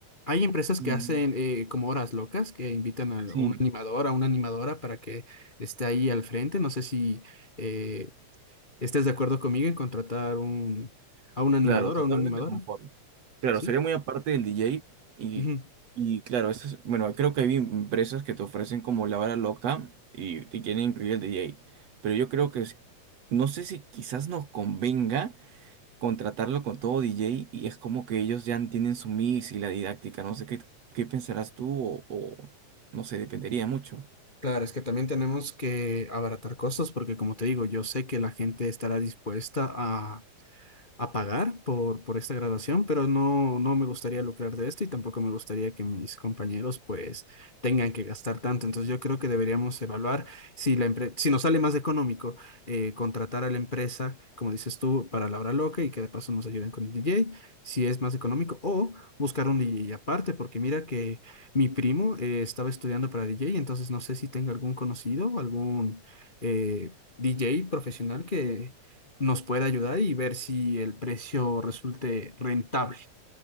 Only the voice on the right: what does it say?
mm,
Sí,
Claro, totalmente
conforme. Claro,
sería muy aparte del DJ y,
y claro, eso es- bueno, creo que hay empresas que te ofrecen como la hora loca y, te quieren incluir el DJ, pero yo creo que es- no sé si quizás nos convenga contratarlo con todo DJ y es como que ellos ya tienen su mix y la didáctica, no sé qué, qué pensarás tú o, o no sé, dependería mucho.